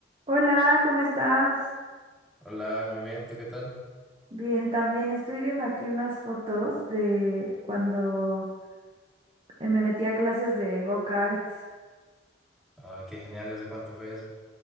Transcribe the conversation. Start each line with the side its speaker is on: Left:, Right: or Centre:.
Right: Hola, ¿cómo estás?
Centre: Hola, muy bien, ¿tú qué tal?
Right: Bien, también estoy viendo aquí unas fotos de cuando eh, me metí a clases de go-karts.
Centre: Ay, qué genial, ¿eso cuánto fue eso?